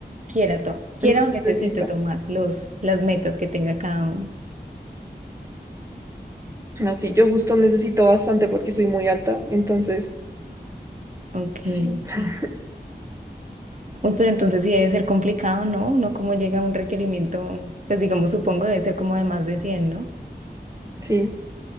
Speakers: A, on the right; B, on the right.
A: quiera, to- quiera
B: No
A: o
B: Necesita.
A: necesite tomar los, las metas que tenga cada uno.
B: No, sí, yo justo necesito bastante porque soy muy alta, entonces,
A: Ok,
B: sí, <laughs>
A: ok. Uy, pero entonces sí debe ser complicado, ¿no? Uno como llega a un requerimiento, pues digamos, supongo debe ser como de más de cien ¿no?
B: sí.